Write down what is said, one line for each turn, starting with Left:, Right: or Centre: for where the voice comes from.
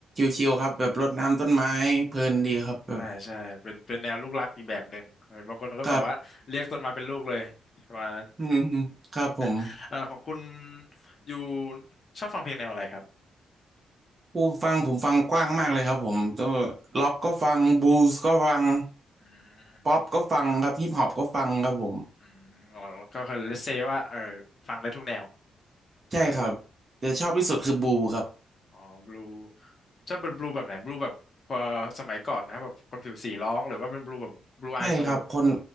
Right: ชิวๆครับแบบรดน้ำต้นไม้เพลินดีครับแบบ
Left: ใช่ใช่เป็นเป็นแนวลูกรักอีกแบบหนึ่งเห็นบางคนก็แบบว่าเรียกต้นไม้เป็นลูกเลยประมาณนั้น
Right: ครับ <laughs> อืมๆครับผม
Left: <laughs> เอ่อของคุณอยู่ชอบฟังเพลงแนวอะไรครับ
Right: ผู้ฟังผมฟังกว้างมากเลยครับผมตัวล็อกก็ฟังบลูส์ก็ฟัง
Left: อืม
Right: ป๊อปก็ฟังครับฮิปฮอปก็ฟังครับผม
Left: อืมแล้วก็คือเลสเซว่าเออฟังได้ทุกแนว
Right: ใช่ครับแต่ชอบที่สุดคือบลูครับ
Left: อืม อ๋อบลูชอบเป็นบลูแบบไหนบลูแบบพอสมัยก่อนไหมครับแบบคนผิวสีร้องหรือว่าเป็นบลูแบบบลูไอโซ
Right: ใช่ครับคน